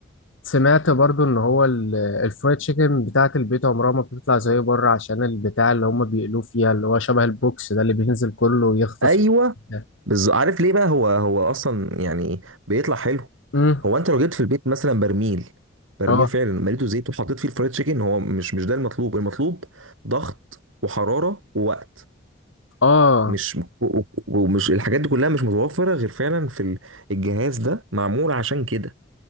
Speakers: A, on the left; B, on the right.
A: سمعت برضه إن هو ال- الفرايد تشيكن بتاعة البيت عمرها ما بتطلع زي بره عشان البتاع اللي هم بيقلوه فيها اللي هو شبه البوكس ده اللي بينزل كله ويختص
B: ايوه
A: ده
B: بالظبط عارف ليه بقى هو هو اصلا يعني بيطلع حلو
A: امم
B: هو انت لو جبت في البيت مثلا برميل برميل
A: اه
B: فعلا مليته زيت وحطيت فيه الفرايد تشيكن هو مش مش ده المطلوب المطلوب ضغط وحراره ووقت
A: اه
B: مش و- و- ومش الحاجات دي كلها مش متوفره غير فعلا في ال- الجهاز ده معمول عشان كده